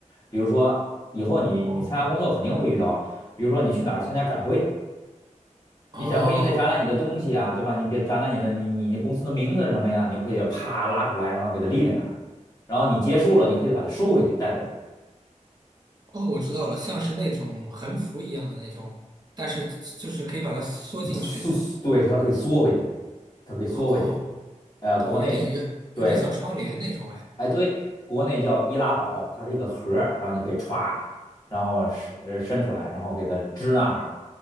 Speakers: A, on the left; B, on the right.
A: 比如说以后你你参加工作肯定会遇到，
B: 哦
A: 比如说你去哪儿参加展会。
B: 哦
A: 你展会你得展览你的东西啊，对吧？你别展览你的你你你公司的名字是什么呀？你就可以啪拉出来，然后给它立在那儿，然后你结束了，你可以把它收回去带走，
B: 哦，我知道了，像是那种横幅一样的那种，但是就是可以把它缩进去。
A: 缩，对，它可以缩回去，它可以缩回去。
B: 哦哦，
A: 呃，
B: 懂，
A: 国内对
B: 有点有有点像窗帘那种哎。
A: 哎，对，国内叫易拉宝，它是一个盒儿然后你可以歘，然后伸呃伸出来，然后给它支那哈儿，